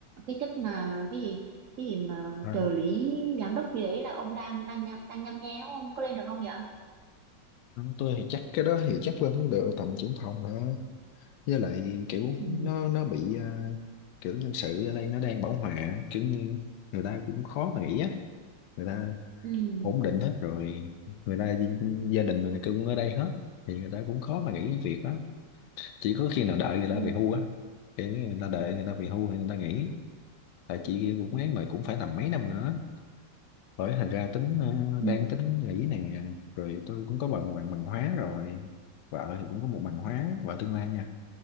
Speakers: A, on the right; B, on the left.
A: cái chức mà cái gì cái gì mà
B: à.
A: trợ lý giám đốc gì đấy là ông đang đang nhăm, đang nhăm nhe đúng không có lên được không vậy
B: tôi thì chắc cái đó thì chắc lên không được tầm trưởng phòng mà với lại kiểu
A: ừ
B: nó nó bị à, kiểu nhân sự ở đây nó đang bão hòa kiểu như người ta cũng khó mà nghĩ á người ta
A: ừ
B: ổn định hết rồi người ta gi- gia đình rồi này kia cũng ở đây hết thì người ta cũng khó mà nghỉ việc lắm chỉ có khi nào đợi người ta
A: ừ
B: về hưu á kiểu như người ta đợi người ta về hưu thì người ta nghỉ tại chị cũng ấy mà cũng phải tầm mấy năm nữa bởi thành ra tính ờ,
A: ừ
B: đang tính nghỉ nè rồi tôi cũng có bằng bằng, bằng hóa rồi vợ thì cũng có một bằng hóa vợ tương lai nha